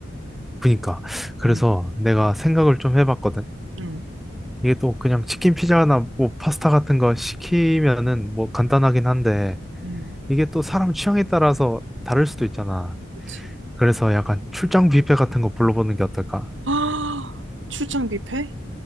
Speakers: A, in the centre; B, on the right.
A: 그러니까 그래서
B: 음.
A: 내가 생각을 좀 해봤거든.
B: 음,
A: 이게 또 그냥 치킨 피자나 뭐 파스타 같은 거 시키면은 뭐 간단하긴 한데
B: 음,
A: 이게 또 사람 취향에 따라서 다를 수도 있잖아.
B: 그치.
A: 그래서 약간 출장 뷔페 같은 거 불러보는 게 어떨까?
B: <gasps> 아, 출장 뷔페?